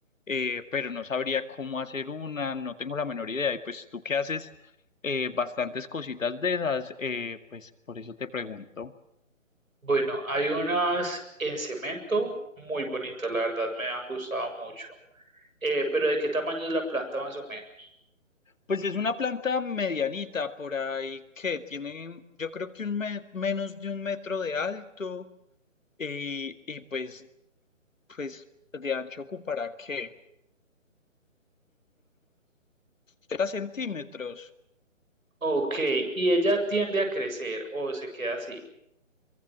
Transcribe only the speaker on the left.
eh, pero no sabría cómo hacer una, no tengo la menor idea. Y pues tú que haces eh, bastantes cositas de esas, eh, pues por eso te pregunto.
Pues es una planta medianita, por ahí que tiene, yo creo que un me- menos de un metro de alto y, y pues, pues de ancho ocupará que 30 centímetros.